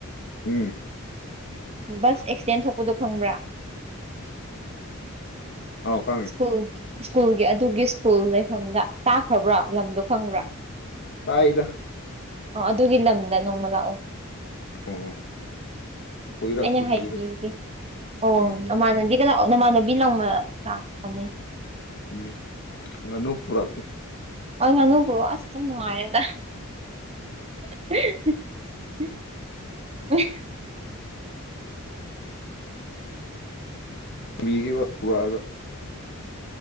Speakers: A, on the left; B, on the right.
A: ꯎꯝ
B: ꯕꯁ ꯑꯦꯛꯁꯤꯗꯦꯟ ꯊꯣꯛꯄꯗꯨ ꯈꯪꯕ꯭ꯔꯥ꯫
A: ꯑꯥꯎ ꯈꯪꯉꯦ꯫
B: ꯁꯀꯨꯜ ꯁ꯭ꯀꯨꯜꯒꯤ ꯑꯗꯨꯒꯤ ꯁ꯭ꯀꯨꯜ ꯂꯩꯐꯝꯗ ꯇꯥꯈ꯭ꯔꯕ꯭ꯔꯥ ꯂꯝꯗꯣ ꯈꯪꯕ꯭ꯔꯥ
A: ꯇꯥꯏꯗ
B: ꯑ ꯑꯗꯨꯒꯤ ꯂꯝꯗ ꯅꯣꯡꯃ ꯂꯥꯛꯑꯣ
A: ꯑꯣ ꯀꯣꯏꯔꯛꯀꯦ
B: ꯑꯩꯅ ꯍꯥꯏꯕꯤꯒꯦ
A: ꯀꯣꯏꯔꯛꯀꯦ
B: ꯑꯣ
A: ꯎꯝ
B: ꯃꯃ ꯒ ꯅꯃꯥꯟꯅꯕꯤ ꯂꯪꯕ ꯂꯥꯛꯄꯅꯦ
A: ꯎꯝ ꯉꯥꯅꯨ ꯄꯨꯔꯛꯀꯦ
B: ꯍ ꯉꯅꯨꯧꯕ꯭ꯔꯣ ꯑꯁ ꯌꯥꯝ ꯅꯨꯡꯉꯥꯏꯔꯦꯗ ꯎ
A: ꯃꯤꯒꯦ ꯋꯥꯄꯨꯒ